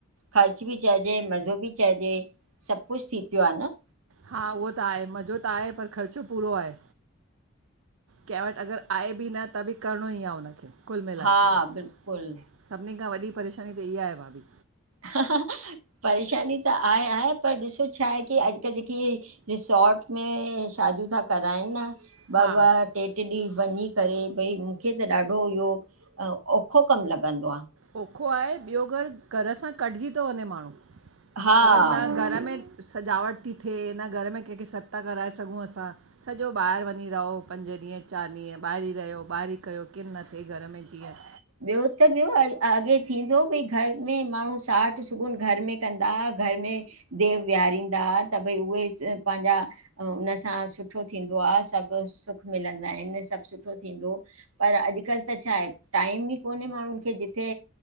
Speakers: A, on the right; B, on the right.
A: ख़र्चु ॿि चइॼे मॼो़ ॿि चइॼे सब कुछ थी पियो आ न
B: हा उहो त आहे मॼो़ त आहे पर ख़र्चो पूरो आहे कंहिं वट अगर आहे ॿि न त ॿि करिणों ई आ उनखे कुल मिलाए
A: हा
B: करे
A: बिल्कुलु
B: सभिनी खां वॾी परेशानी त इहा ए भाभी
A: ह ह परेशानी त आहे आहे पर ॾिसो छाहे की अॼु ॼेकी रिसोर्ट में शादियूं था कराइनि न ॿ
B: हा
A: ॿ ट्रे ट्रे ॾींहं वंञीं करे भई मूंखे त ॾाढो इहो औखो कमु लॻंदो आ
B: ओखो आहे ॿियो घरु घर सां कटिॼी तो वंञें माण्हूँ,
A: हा
B: मतिलबु न घर में सजावट ती थिए न घर में कंहिंखे सॾ ता कराए सघूं असां सॼो ॿाहिरि वंञीं रहो पंज ॾींहं चारि ॾींहं ॿाहिरी रहियो ॿाहिरी कयो किन न थिए घर में ॼीअं
A: ॿियो त ॿियो अॻे थींदो बी घर में माण्हूँ साठ सुगुन घर में कंदा हा घर में देव विहारींदा हा त भई उहे पांजा उनसां सुठो थींदो आ सभु सुखु मिलंदा हिनि सभु सुठो थींदो पर अॼुकल्ह त छाहे टाइम ई कोन्हे माण्हुंनि खे ॼिथे